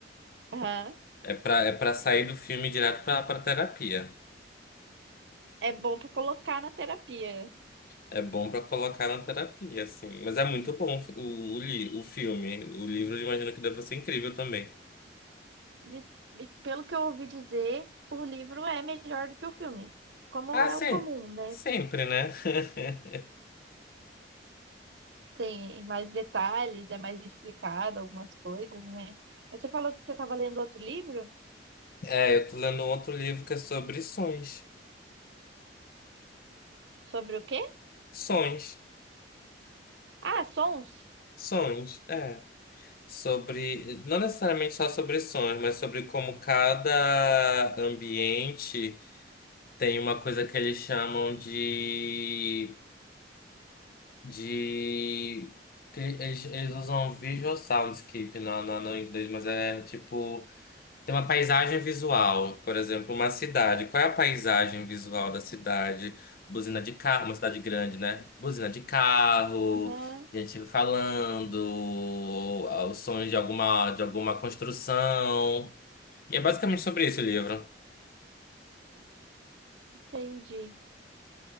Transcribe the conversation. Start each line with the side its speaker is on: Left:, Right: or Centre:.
Right: Aham.
Left: É pra, é pra sair do filme direto pra, pra terapia.
Right: É bom para colocar na terapia.
Left: É bom pra colocar na terapia, assim. Mas é muito bom o, o, li- o filme. O livro, eu imagino que deve ser incrível também.
Right: Diz- e pelo que eu ouvi dizer, o livro é melhor do que o filme, como
Left: Ah,
Right: é
Left: sim.
Right: o comum, né?
Left: Sempre, né? <laughs>
Right: Tem mais detalhes, é mais explicado algumas coisas, né? Mas você falou que você estava lendo outro livro?
Left: É, eu tô lendo outro livro que é sobre sonhos.
Right: Sobre o quê?
Left: Sonhos.
Right: Ah, sons.
Left: Sonhos, é. Sobre, não necessariamente só sobre sonhos, mas sobre como cada ambiente tem uma coisa que eles chamam de de. que Eles, eles usam visual soundscape na, na, no inglês, mas é tipo. Tem uma paisagem visual, por exemplo, uma cidade. Qual é a paisagem visual da cidade? Buzina de carro, uma cidade grande, né? Buzina de carro,
Right: Aham,
Left: gente falando, ah, os sons de alguma, de alguma construção. E é basicamente sobre isso o livro.
Right: entendi.